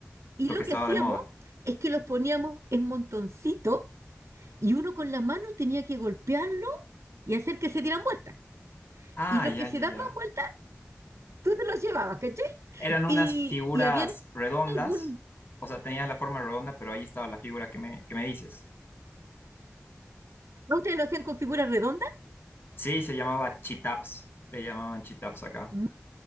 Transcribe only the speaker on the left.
Lo
que estaba
de moda.
Ah,
ya,
ya,
ya.
Eran unas
figuras
redondas,
o sea, tenía la forma redonda, pero ahí estaba la figura que me, que me dices.
Sí, se llamaba chitaps, le llamaban chitaps acá.